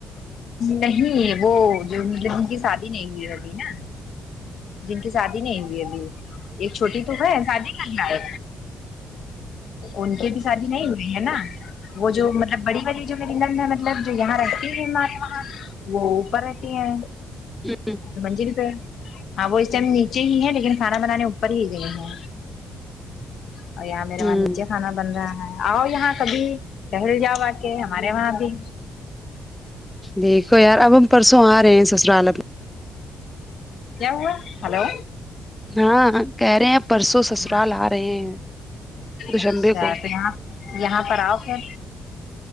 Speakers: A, on the left; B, in the centre.
A: نہیں وہ جو میری نند کی شادی نہیں ہوئی ابھی نا جن کی شادی نہیں ہوئی ابھی ایک چھوٹی تو ہے شادی کر نا ہے ان کے بھی شادی نہیں ہوئی ہے نا وہ جو مطلب بڑی والی جو میری نند ہے مطلب جو یہاں رہتی ہے ہمارے وہاں وہ اوپر رہتی ہیں
B: <unintelligible>
A: منجیل پے <unintelligible> ہاں وہ اس ٹائم نیچے ہی ہے لیکن کھانا بنانے اوپر ہی گئے ہیں اور یہاں میرے
B: ہوں
A: وہاں نیچے کھانا بن رہا ہے آؤ یہاں کبھی ٹہل جاؤ آ کے ہمارے وہاں بھی
B: دیکھو یار اب ہم پرسوں آ رہے ہیں سسرال اب
A: کیا ہوا ہلو
B: ہاں کہہ رہے ہیں پرسوں سسرال
A: ہاں
B: آ رہے ہیں دو
A: اچھا
B: شمبے کو
A: تو یہاں یہاں پر آؤ پھر